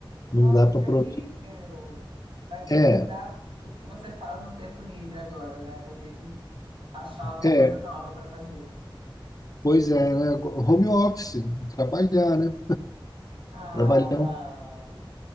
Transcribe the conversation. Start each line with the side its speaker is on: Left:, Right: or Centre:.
Right: Nossa,
Left: Não dá para
Right: que
Left: aproveitar.
Right: horrível. Vai ter
Left: É,
Right: que mudar o que você faz no tempo livre agora, né? Vai ter que achar alguma
Left: é,
Right: coisa nova para fazer.
Left: pois é, né? Home office, trabalhar, né?
Right: Ah,
Left: Trabalhar
Right: não.